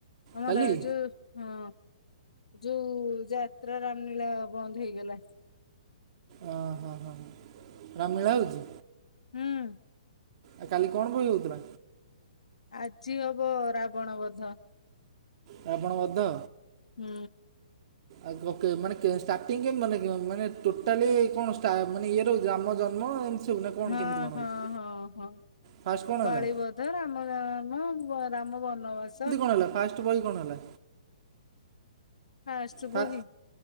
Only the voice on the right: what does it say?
କାଲି
ଓ ହଁ, ହଁ, ହଁ ରାମଲ୍ଲୀଳା ହଉଛି?
ଆଉ କାଲି କଣ ବହି ହଉଥିଲା?
ରାବଣ ବଧ।
ଆଉ ମାନେ ଷ୍ଟାର୍ଟିଂ କେମତି ମାନେ ମାନେ ଟୋଟାଲି କଣ ମାନେ ଇଏ ରଛି ରାମ ଜନ୍ମ ସବୁ ନା କ'ଣ
କେମିତି କ'ଣ
ହେଉଛି
ଫାର୍ଷ୍ଟ କ'ଣ
ହେଲା
ନା ନାଫାଷ୍ଟ ବହି କଣ ହେଲା?
ଫା